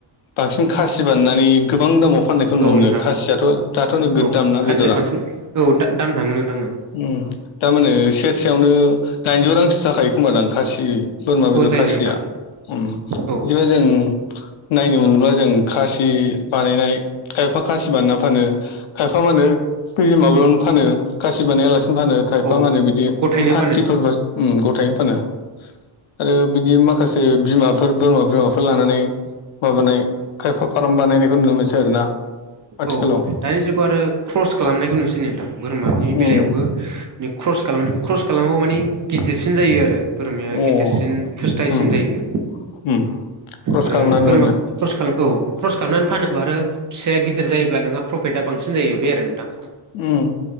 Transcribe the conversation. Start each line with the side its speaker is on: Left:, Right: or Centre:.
Left: बांसिन खासि बानायनै गोबां दामाव फाननायखौ नुनो
Right: औ
Left: मोनो
Right: नोंथां
Left: खासियाथ' दाथ' नोगोद
Right: औ
Left: दामना
Right: खासिया
Left: बेदरा
Right: बांसिन औ दा दाम थाङो नोंथां औ
Left: उम थारमाने सेरसेयावनो दाइनजौ रांसो जाखायो खोमा दां खासि बोरमा बेदर
Right: औ जायो
Left: खासिया
Right: नोंथां
Left: उम
Right: औ
Left: बिदिबा जों नायनो मोनब्ला जों खासि बानायनाय खायफा खासि बानाया फानो खायफा मानो दै माबायावनो फानो खासि बानायालासिनो फानो खायफा
Right: औ
Left: मानो बिदि
Right: गथायैनो
Left: फान्थिफोरब
Right: फानो
Left: गथायनो फानो आरो बिदि माखासे बिमाफोर बोरमा बिमाफोर लानानै माबानाय खायफा फाराम बानायनायखौ नुनो मोनसै आरोना आथिखालाव
Right: औ दानि जुगाव आरो क्रस खालामनायखौ नुसै नोंथां बोरमानि बेलायावबो
Left: उम
Right: क्रस खालाम क्रस खालामाबो माने गिदिरसिन जायो आरो बोरमाया
Left: अ
Right: गिदिरसिन फुस्थायाइसिन
Left: उम
Right: जायो।
Left: उम क्रस
Right: आरो
Left: खालामनानै
Right: बोरमा
Left: बानायनाय
Right: ख्रस खालाम औ क्रस खालामनानै फानोबा आरो फिसाया गिदिर जायोब्ला नोङा प्रफिटआ बांसिन सिन जाहैबाय आरो नोंथां
Left: उम